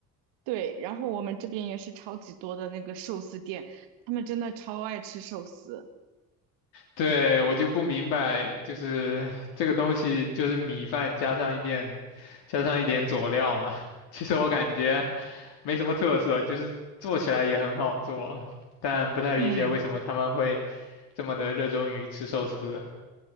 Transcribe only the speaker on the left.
对，我就不明白，就是这个东西就是米饭加上一点，加上一点佐料嘛。<laughs> 其实我感觉没什么特色，就是做起来也很好做，但不太理解为什么他们会
这么的热衷于吃寿司。